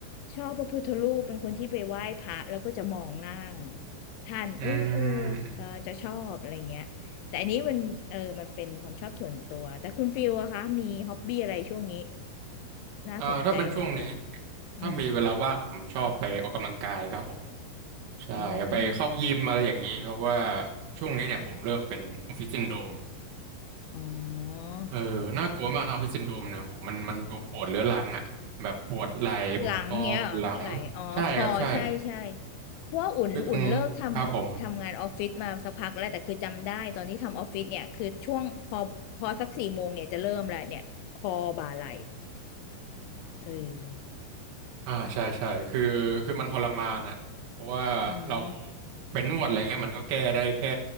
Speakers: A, on the left (about 80°); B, on the right (about 80°).
A: ชอบพระพุทธรูปเป็นคนที่ไปไหว้พระแล้วก็จะมองหน้าท่าน
B: อืมอืม
A: เออเออเออจะชอบอะไรเงี้ยแต่อันนี้มันเออมันเป็นความชอบส่วนตัว แต่คุณฟิลอะคะมีฮ็อบบี้อะไรช่วงนี้ น่าสนใจไหมเผื่อ
B: เอ่อถ้าเป็นช่วงนี้
A: อืม
B: ถ้ามีเวลาว่างผมชอบไปออกกำลังกายครับผม ใช่ไปเข้ายิมอะไรอย่างนี้เพราะว่า
A: อืม
B: ช่วงนี้เนี่ยผมเริ่มเป็นออฟฟิศซินโดรม
A: อ๋อ
B: เออน่ากลัวมากนะออฟฟิศซินโดรมเนี่ยโหมันมันดูปวดเรื้อรังอ่ะแบบปวดไหล่ปวดข้อปวดหลัง
A: หลังเงี้ยเหรอไหลอ๋อคอใช่ใช่
B: ใช่ครับใช่
A: เพราะว่าอุ่นอุ่นเลิกทำทำงานออฟฟิศมาสักพักแล้วแต่คือจำได้ตอนที่ทำออฟฟิศเนี่ยคือช่วงพอพอสักสี่โมงเนี่ยจะเริ่มแล้วเนี่ยคอบ่าไหล
B: คือตรงครับผม
A: เออ
B: อ่าใช่ใช่คือคือมันทรมานอ่ะเพราะว่าเรา
A: อืม
B: เป็นนวดอะไรเงี้ยมันก็แก้ได้แค่